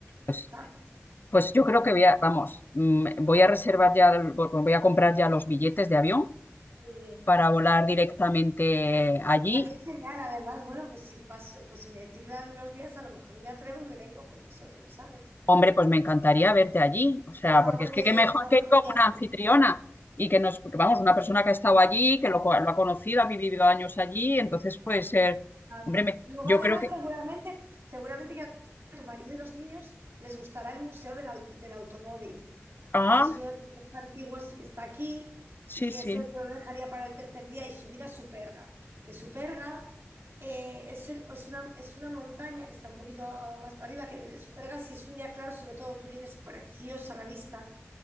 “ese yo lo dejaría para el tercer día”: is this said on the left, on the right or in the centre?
Right